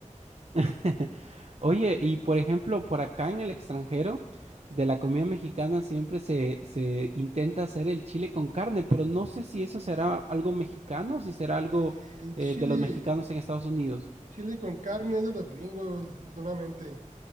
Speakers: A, on the right (about 55°); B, on the right (about 75°).
A: <laughs> Oye, y por ejemplo, por acá en el extranjero, de la comida mexicana siempre se, se intenta hacer el chile con carne, pero no sé si eso será algo mexicano o si será algo
B: Eh, el chili,
A: eh, de los mexicanos en Estados Unidos.
B: chili con carne es de los gringos, desafortunadamente.